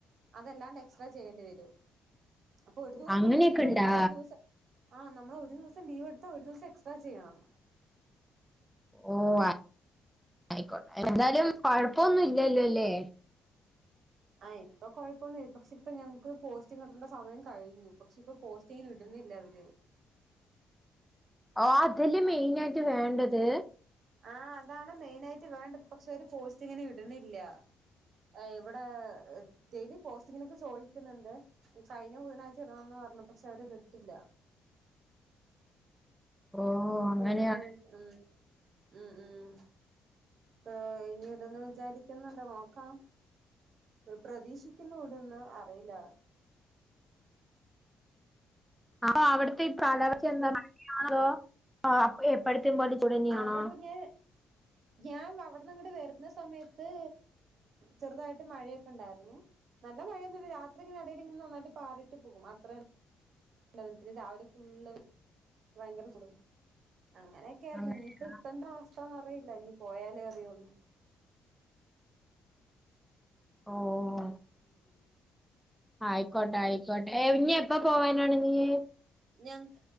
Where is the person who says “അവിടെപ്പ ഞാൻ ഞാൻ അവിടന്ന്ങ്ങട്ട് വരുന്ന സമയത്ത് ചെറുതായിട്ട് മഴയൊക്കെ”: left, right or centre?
Right